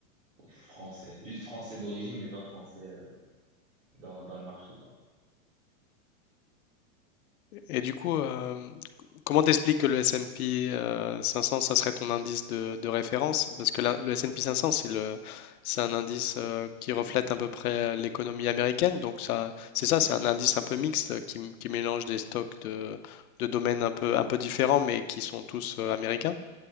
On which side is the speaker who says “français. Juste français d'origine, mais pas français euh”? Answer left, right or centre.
Right